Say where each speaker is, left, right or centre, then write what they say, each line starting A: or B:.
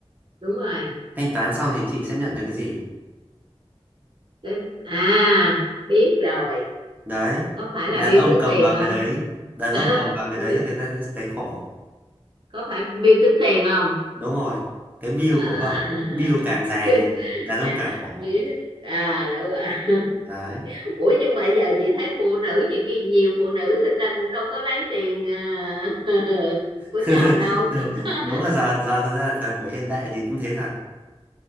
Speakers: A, on the right (about 50°); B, on the right (about 15°).
A: đúng rồi
B: Thanh toán xong thì chị sẽ nhận được cái gì?
A: cái à biết rồi
B: Đấy,
A: có phải là
B: đàn
A: bill
B: ông
A: tính
B: cầm
A: tiền
B: vào
A: không
B: cái đấy, đàn
A: <laughs> à,
B: ông cầm vào cái
A: bi-
B: đấy là người ta sẽ thấy khổ.
A: có phải bill tính tiền không
B: Đúng rồi, cái bill
A: à,
B: của vợ,
A: <laughs>
B: bill càng dài
A: cái-
B: thì đàn
A: à,
B: ông càng khổ.
A: biết. à đúng rồi <laughs>
B: Đấy.
A: ủa nhưng mà giờ chị thấy phụ nữ nhiều khi nhiều phụ nữ người ta cũng đâu có lấy tiền à, <laughs> của
B: <laughs>
A: chồng đâu <laughs>
B: đúng là giờ giờ thật ra là thời buổi hiện đại thì cũng thế thật